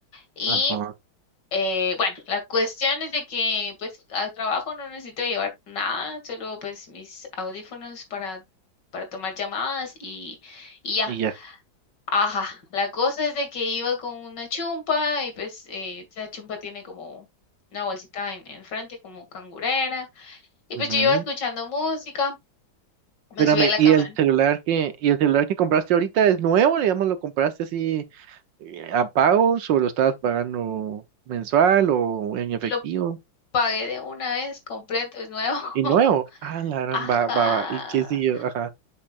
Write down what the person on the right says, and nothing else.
Ajá.
Y ya.
ujú.
Espérame,
¿y
el celular que, y el celular que compraste ahorita es nuevo? Digamos, ¿lo compraste así eh, a pagos o lo estabas pagando mensual o en efectivo?
Y nuevo. Ah, la gran
va, va, va. ¿Y qué siguió? Ajá.